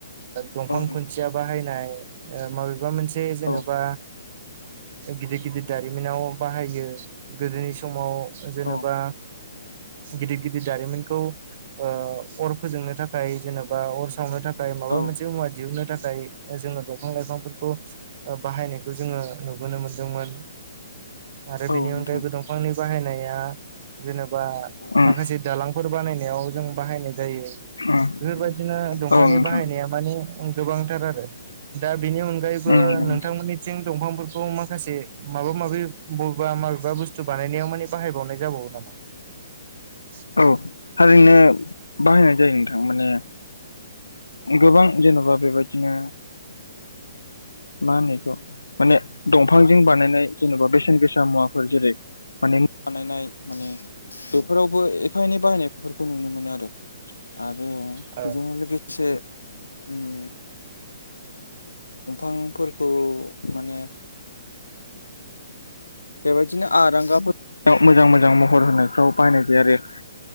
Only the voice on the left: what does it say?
औ नोंथां
औ
औ
औ
औ नोंथां
उम
उम
औ नोंथां
उम
औ थारैनो बाहायनाय जायो नोंथां माने गोबां जेन'बा बेबायदिनो मा होनोखौ माने दंफांजों बानायनाय जेन'बा बेसेन गोसा मुवाफोर जेरै माने बानायनाय माने बेफोरावबो एफा एनै बाहायनायफोरखौ नुनो मोनो आरो आरो
बेजोंनो लोगोसे उम बिफांफोरखौ माने बेबायदिनो आरांगाफोर मोजां मोजां महर होनायफ्राव बाहायनाय जायो आरो